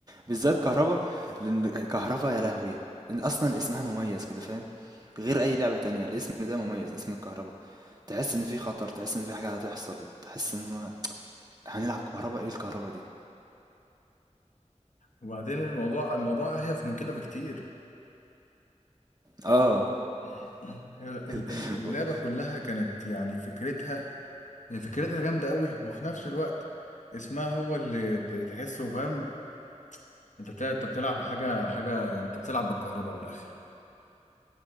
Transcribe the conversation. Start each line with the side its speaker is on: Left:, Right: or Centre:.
Right: بالذات كهربا لان كهربا يا لهوي إن اصلا اسمها مميز كده فاهم غير اي لعبه تانية الاسم ده مميز اسم الكهربا تحس ان في خطر تحس ان في حاجة هتحصل تحس ان هو هنلعب كهرباء ايه الكهرباء دي
Left: وبعدين الموضوع الموضوع اهيف من كده بكتير
Right: اه
Left: <clears throat> هي ال-
Right: <laughs>
Left: ال- اللعبة كلها كانت يعني فكرتها هي فكرتها جامدة قوي وفي نفس الوقت اسمها هو اللي ت- تحسه فاهم انت بتلعب انت بتلعب حاجة حاجة انت بتلعب بالكهرباء بالاخر